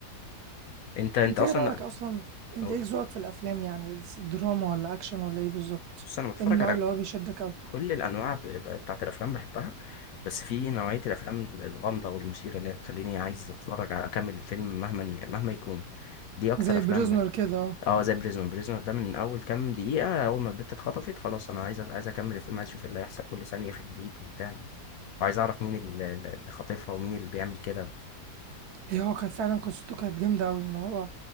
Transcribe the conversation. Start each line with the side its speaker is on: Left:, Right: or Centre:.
Left: انت انت
Right: انت
Left: اصلا
Right: ايه رايك اصلا انت
Left: أو-
Right: ايه ذوقك في الافلام يعني دراما ولا اكشن ولا ايه بالظبط
Left: بص انا بتفرج
Right: إيه النوع
Left: على
Right: اللي هو بيشدك اوي
Left: كل الانواع ب- ب- بتاعت الافلام بحبها بس في نوعيه الافلام الغامضه والمثيره اللي هي تخليني عايز اتفرج على اكمل الفيلم مهما ي- مهما يكون دي اكتر
Right: زي
Left: افلام
Right: بريزنر
Left: بحب.
Right: كده اه
Left: اه زي بريزون بريزونر ده من اول كام دقيقه اول ما البت اتخطفت خلاص انا عايز أ- عايز اكمل الفيلم عايز اشوف ايه اللي هيحصل كل ثانيه في جديد وبتاع وعايز اعرف مين ال- ال- اللي خاطفها ومين اللي بيعمل كده
Right: هي هو كانت فعلا قصته كانت جامدة أوي إن هو